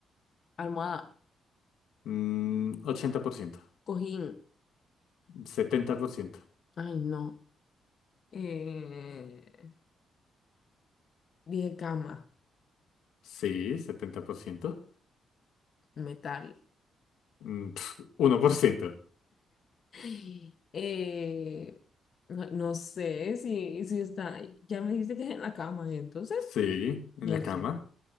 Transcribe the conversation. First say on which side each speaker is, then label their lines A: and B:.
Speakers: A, on the left; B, on the left.
A: Almohada.
B: Mm, ochenta por ciento.
A: Cojín.
B: setenta por ciento
A: Ay, no. Eh, dije cama.
B: Sí, setenta por ciento
A: Metal. <gasps>
B: Mm, pf, uno por ciento
A: <sighs> Eh, no, no sé si, si está. Ya me dijiste que es en la cama, entonces.
B: Sí, en
A: No
B: la
A: sé.
B: cama.